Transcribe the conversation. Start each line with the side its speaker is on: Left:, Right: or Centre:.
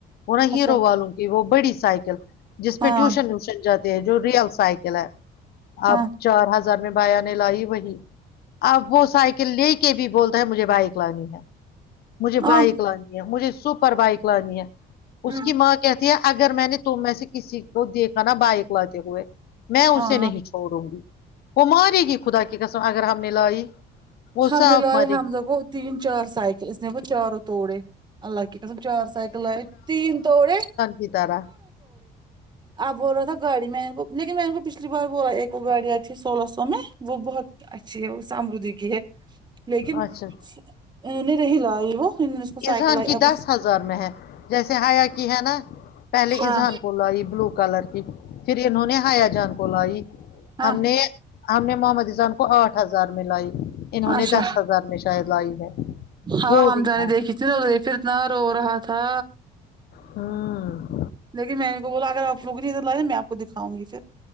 Left: ان
Right: اچھا
Left: ہیرو والوں کی وہ بڑی سائیکل جس پہ
Right: ہاں
Left: ٹیوشن ویوشن جاتے ہیں جو ریئل سائیکل ہے
Right: ہاں
Left: آب چار ہزار میں بایا نے لائی وہی اب وہ سائیکل لے کے بھی بولتا ہے مجھے بائک لانی ہے مجھے
Right: ہاں
Left: بائک لانی مجھے سپر بائک لانی ہے اس
Right: ہوں
Left: کی ماں کہتی ہے اگر میں نے تم سے کسی کو دیکھا نا بائک لاتے ہوئے میں اسے
Right: ہاں
Left: نہیں چھوڑوں گی وہ مارے گی خدا کی قسم اگر ہم نے لائی وہ
Right: حم
Left: صاف
Right: لائے
Left: مارے
Right: ہمزو
Left: گی
Right: تین چار سائیکل اس نے وہ چاروں توڑے اللہ کی قسم چار سائیکل لاے تین تھوڑے
Left: یہ تارا
Right: اب بول رہا تھا گاڑی میں کو لیکن میں ان کو پچھلی بار بولی ایک وہ گاڑ آ تھی سولہ سو میں وہ بہت اچھی ہے وہ سامھ دیکی ہے لیکن
Left: اچھا
Right: ا رہی لا وہ کو سائیکل
Left: اذان
Right: لائی
Left: کی
Right: اب
Left: دس
Right: اس
Left: ہزار میں ہے جیسے ہیا کی ہے نا پہلے
Right: ہاں
Left: ایزان کو ل آائی بلو کلر کی پھر انہوں نے ہایا جان کو ل آائی
Right: ہاں
Left: ہم نے ہم نے محمد ایزان کو آٹھ ہزار میں لائی انہوں
Right: اچھا
Left: نے دس ہزار میں شاید لائی ہے
Right: ہاں
Left: وہ
Right: ہم
Left: بھی
Right: جانے
Left: ہے
Right: دیک اتنے پھر اتنا رو رہا تھا
Left: ہممم
Right: لیکن میں ان کو بولا اگر آپوگ لا میں آپ کو دکھاؤںگی پھر